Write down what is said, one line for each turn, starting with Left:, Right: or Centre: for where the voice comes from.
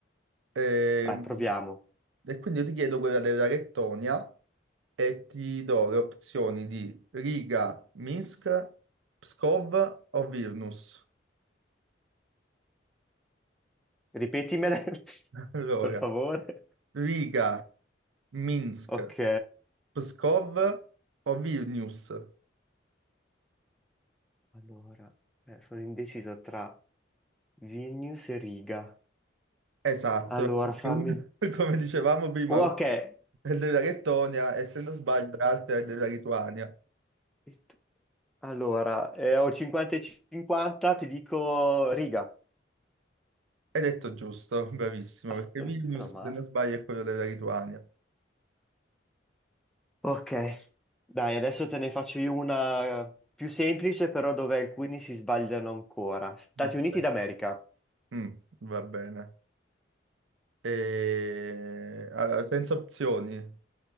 Right: Ehm,
Centre: Vai, proviamo.
Right: E, quindi io ti chiedo quella della Lettonia e ti do le opzioni di Riga, Minsk, Pskov o Vilnius.
Centre: Ripetimele, <laughs>
Right: <laughs> Allora,
Centre: per favore.
Right: Riga, Minsk,
Centre: Ok.
Right: Pskov o Vilnius.
Centre: Allora, eh, sono indeciso tra Vilnius e Riga.
Right: Esatto,
Centre: Allora,
Right: perché
Centre: fammi...
Right: una- <laughs> come dicevamo prima,
Centre: Oh,
Right: una
Centre: Ok. E
Right: è della Lettonia e se non sbaglio l'altra è della Lituania.
Centre: tu- Allora, eh, ho 50 e 50, ti dico Riga.
Right: Hai detto giusto, bravissimo,
Centre: Ah,
Right: perché
Centre: meno,
Right: Vilnius,
Centre: meno male.
Right: se non sbaglio, è quello della Lituania.
Centre: Ok. Dai, adesso te ne faccio io una più semplice, però dove alcuni si sbagliano ancora. Stati
Right: Ok.
Centre: Uniti d'America.
Right: Mm, va bene. E... Allora, senza opzioni.